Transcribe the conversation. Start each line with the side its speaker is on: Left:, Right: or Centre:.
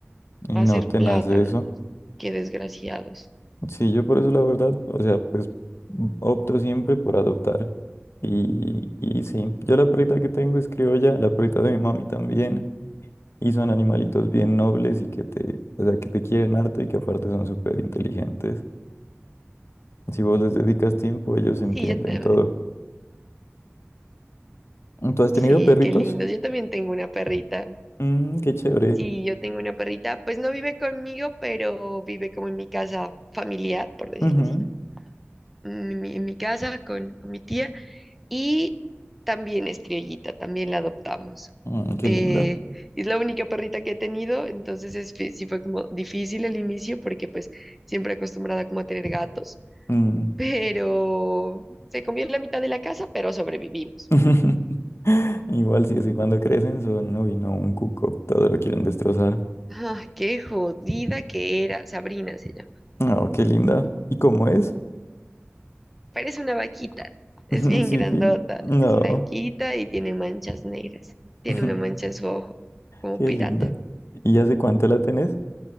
Left: Y
Centre: hacer
Left: no te
Centre: plátano,
Left: nace eso.
Centre: ¿no? Qué desgraciados.
Left: Sí, yo por eso la verdad, o sea, pues mm, opto siempre por adoptar. Y, y sí, yo la perrita que tengo es criolla, la perrita de mi mami también, y son animalitos bien nobles y que te, o sea, que te quieren harto y que aparte son súper inteligentes. Si vos les dedicas tiempo, ellos entienden
Centre: Sí, yo también,
Left: todo. ¿Tú has tenido
Centre: sí,
Left: perritos?
Centre: qué lindos. Yo también tengo una perrita.
Left: Mm, qué chévere.
Centre: Sí, yo tengo una perrita, pues no vive conmigo, pero vive como en mi casa familiar, por decirlo
Left: Ujú.
Centre: así, como en mi, en mi casa con, con mi tía. Y también es criollita, también la adoptamos.
Left: Mm, qué
Centre: Eh,
Left: linda.
Centre: es la única perrita que he tenido, entonces es fi- sí fue como difícil al inicio porque pues siempre acostumbrada como a tener gatos
Left: Mm.
Centre: pero se comió la mitad de la casa, pero sobrevivimos.
Left: <laughs> Igual sí, así cuando crecen son, uy, no, un cuco, todo lo quieren destrozar.
Centre: Ah, qué jodida que era. Sabrina se llama.
Left: Oh, qué linda. ¿Y cómo es?
Centre: Parece una vaquita. Es
Left: <laughs>
Centre: bien
Left: Sí,
Centre: grandota,
Left: sí. No.
Centre: es blanquita y tiene manchas negras. Tiene
Left: <laughs>
Centre: una mancha en su ojo, como
Left: Qué
Centre: pirata.
Left: linda. ¿Y hace cuánto la tenés?